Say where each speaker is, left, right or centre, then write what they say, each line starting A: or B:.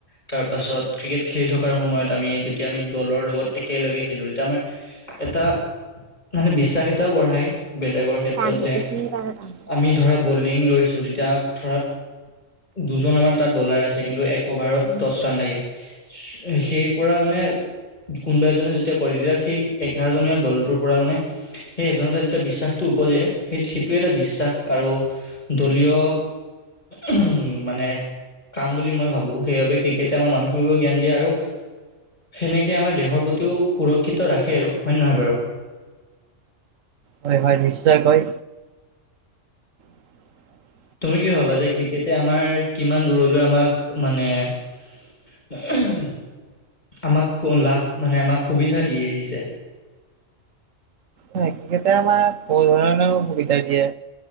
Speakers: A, on the left (about 35°); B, on the right (about 80°).
A: তাৰ পাছত ক্ৰিকেট খেলি থকাৰ সময়ত। আমি যেতিয়া আমি দলৰ লগত একেলগে খেলো তেতিয়া আমাৰ এটা। মানে বিশ্বাস এটাও বঢ়ায়। বেলেগৰ ক্ষেত্ৰত
B: টান হয়
A: যে
B: এইখিনি বাৰু টান হয়।
A: আমি ধৰা বলিং লৈছো তেতিয়া ধৰা। দুজন আমাৰ তাত বলাৰ আছে কিন্তু এক অভাৰত দছ ৰান লাগে সেই পৰা মানে কোনোবা এজনে যেতিয়া কৰে তেতিয়া সেই এঘাৰজনীয়া দলটোৰ পৰা মানে সেই এজন এ যে এটা বিশ্বাসটো উপজে সেই সেইটোৱে এটা বিশ্বাস আৰু দলীয় উম মানে কাম বুলি মই ভাবো সেইবাবে ক্ৰিকেটে আমাৰ মানসিকভাৱে জ্ঞান দিয়ে আৰু সেনেকে আমাৰ দেহৰ প্ৰতিও সুৰক্ষিত ৰাখে আৰু হয়নে হ নহয় বাৰু
B: হয় হয় নিশ্চয়কৈ <unintelligible>
A: তুমি কি ভবা যে ক্ৰিকেটে আমাৰ কিমান দূৰলৈ আমাক মানে উ <unintelligible> আমাক লাভ মানে আমাক সুবিধা দি আহিছে
B: ক্ৰিকেটে আমাক বহু ধৰণে সুবিধা দিয়ে